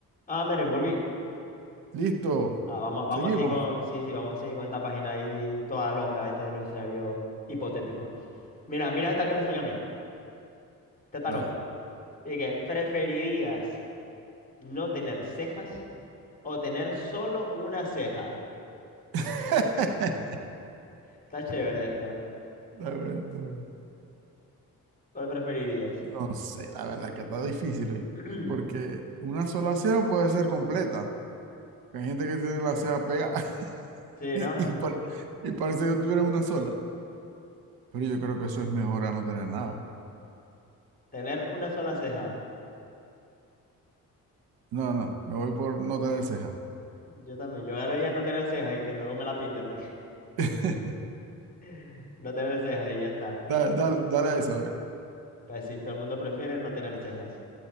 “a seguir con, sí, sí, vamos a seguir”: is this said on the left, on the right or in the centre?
Left